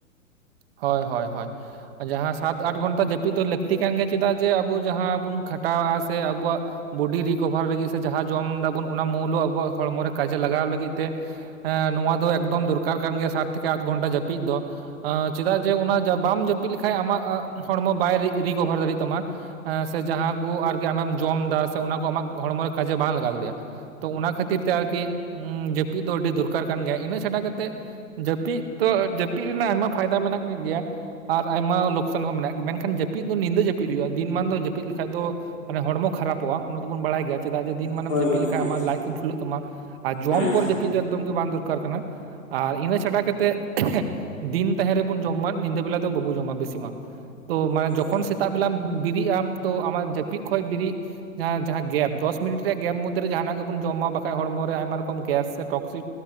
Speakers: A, on the right; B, on the left.
A: ᱦᱳᱭ ᱦᱳᱭ ᱦᱳᱭ ᱡᱟᱦᱟᱸ ᱥᱟᱛ ᱟᱴ ᱜᱷᱚᱱᱴᱟ ᱡᱟᱹᱯᱤᱫ ᱫᱚ ᱞᱟᱹᱠᱛᱤ ᱠᱟᱱ ᱜᱮᱭᱟ ᱪᱮᱫᱟᱜ ᱡᱮ ᱟᱵᱚ ᱡᱟᱦᱟᱸ ᱵᱩᱱ ᱠᱷᱟᱴᱟᱣᱟᱜᱼᱟ ᱥᱮ ᱟᱵᱩᱣᱟᱜ ᱵᱚᱰᱤ ᱨᱤᱠᱵᱷᱟᱨ ᱞᱟᱹᱜᱤᱫ ᱥᱮ ᱡᱟᱦᱟᱸ ᱡᱚᱢ ᱫᱟᱵᱚᱱ ᱚᱱᱟ ᱢᱩᱳᱞᱳ ᱟᱵᱚᱣᱟᱜ ᱦᱚᱲᱢᱚ ᱨᱮ ᱠᱟᱡᱮ ᱞᱟᱜᱟᱣ ᱞᱟᱹᱜᱤᱫ ᱛᱮ ᱮᱸᱻ ᱱᱚᱣᱟ ᱫᱚ ᱮᱠᱫᱚᱢ ᱫᱚᱨᱠᱟᱨ ᱠᱟᱱ ᱜᱮᱭᱟ ᱥᱟᱛ ᱛᱷᱮᱠᱮ ᱟᱫᱜᱷᱚᱱᱴᱟ ᱡᱟᱹᱯᱤᱫ ᱫᱚ ᱟᱸᱻ ᱪᱮᱫᱟᱜ ᱡᱮ ᱚᱱᱟ ᱵᱟᱢ ᱡᱟᱹᱯᱤᱫ ᱞᱮᱠᱷᱟᱱᱡ ᱟᱢᱟᱜ ᱦᱚᱲᱢᱚ ᱵᱟᱭ ᱨᱤ.. ᱨᱤᱠᱵᱷᱟᱨ ᱫᱟᱲᱮᱭᱟᱜ ᱛᱟᱢᱟ ᱥᱮ ᱡᱟᱦᱟᱸ ᱠᱚ ᱟᱨᱠᱤ ᱟᱢᱮᱢ ᱡᱚᱢ ᱮᱫᱟ ᱥᱮ ᱚᱱᱟ ᱠᱚ ᱟᱢᱟᱜ ᱦᱚᱲᱢᱚᱨᱮ ᱠᱟᱡᱮ ᱵᱟᱝ ᱞᱟᱜᱟᱣ ᱫᱟᱲᱮᱭᱟᱜᱼᱟ ᱛᱚ ᱚᱱᱟ ᱠᱷᱟᱹᱛᱤᱨ ᱛᱮ ᱟᱨᱠᱤ ᱡᱟᱹᱯᱤᱫ ᱫᱚ ᱟᱹᱰᱤ ᱫᱚᱨᱠᱟᱨ ᱠᱟᱱ ᱜᱮᱭᱟ ᱤᱱᱟᱹ ᱪᱷᱟᱰᱟ ᱠᱟᱛᱮᱫ ᱡᱟᱹᱯᱤᱫ ᱛᱚ ᱡᱟᱹᱯᱤᱫ ᱨᱮᱱᱟᱜ ᱟᱭᱢᱟ ᱯᱷᱟᱭᱫᱟ ᱢᱮᱱᱟᱜ ᱱᱚᱜ ᱜᱮᱭᱟ ᱟᱨ ᱟᱭᱢᱟ ᱞᱚᱠᱠᱥᱟᱱ ᱦᱚᱸ ᱢᱮᱱᱟᱜ ᱜᱮᱭᱟ ᱢᱮᱱᱠᱷᱟᱱ ᱡᱟᱹᱯᱤᱫ ᱫᱚ ᱧᱤᱫᱟᱹ ᱡᱟᱹᱯᱤᱫ ᱦᱩᱭᱩᱜᱼᱟ ᱫᱤᱱ ᱢᱟᱱ ᱫᱚ ᱡᱟᱹᱯᱤᱫ ᱞᱮᱠᱷᱟᱡ ᱫᱚ ᱢᱟᱱᱮ ᱦᱚᱲᱢᱚ ᱠᱷᱟᱨᱟᱯᱚᱜᱼᱟ ᱚᱱᱟ ᱫᱚᱵᱚᱱ ᱵᱟᱲᱟᱭ ᱜᱮᱭᱟ ᱪᱮᱫᱟ ᱡᱮ ᱫᱤᱱ ᱢᱟᱱᱮᱢ
B: ᱦᱳᱭ
A: ᱡᱟᱹᱯᱤᱫ
B: ᱜᱚᱝᱠᱮ
A: ᱞᱮᱠᱷᱟᱱᱡ ᱟᱢᱟᱜ ᱞᱟᱡ ᱠᱚᱢ ᱯᱷᱩᱞᱟᱹᱜ ᱛᱟᱢᱟ ᱟᱨ ᱡᱚᱢ
B: ᱦᱮᱸ
A: ᱯᱚᱨ ᱡᱟᱹᱯᱤᱫ ᱮᱠᱫᱚᱢ ᱜᱮ ᱵᱟᱝ ᱫᱚᱨᱠᱟᱨ ᱠᱟᱱᱟ ᱟᱨ ᱤᱱᱟᱹ ᱪᱷᱟᱰᱟ ᱠᱟᱛᱮ ᱫᱤᱱ ᱛᱟᱦᱮᱸ ᱨᱮᱵᱚᱱ ᱡᱚᱢ ᱢᱟ ᱧᱤᱫᱟᱹ ᱵᱮᱞᱟ ᱫᱚ ᱵᱟᱵᱚᱱ ᱡᱚᱢᱟ ᱵᱤᱥᱤ ᱢᱟ ᱛᱚᱟᱱᱮ
B: ᱦᱳᱭ
A: ᱡᱚᱠᱷᱚᱱ ᱥᱮᱛᱟᱜ ᱵᱮᱞᱟ ᱵᱤᱨᱮᱫ ᱟᱢ ᱛᱚ ᱟᱢᱟᱜ ᱡᱟᱹᱯᱤᱫ ᱠᱷᱚᱡ ᱵᱤᱨᱤᱫ ᱡᱟᱦᱟᱸ ᱡᱟᱦᱟᱸ ᱜᱮᱯ ᱫᱚᱥ ᱢᱤᱱᱤᱴ ᱨᱮᱭᱟᱜ ᱜᱮᱯ ᱢᱚᱫᱽᱫᱷᱮᱨᱮ ᱡᱟᱦᱟᱱᱟᱜ ᱜᱮᱵᱚᱱ ᱡᱚᱢᱟ ᱵᱟᱠᱷᱟᱡ ᱦᱚᱲᱢᱚ ᱨᱮ ᱟᱭᱢᱟ ᱨᱚᱠᱚᱢ ᱜᱮᱥ ᱥᱮ ᱴᱚᱠᱥᱤ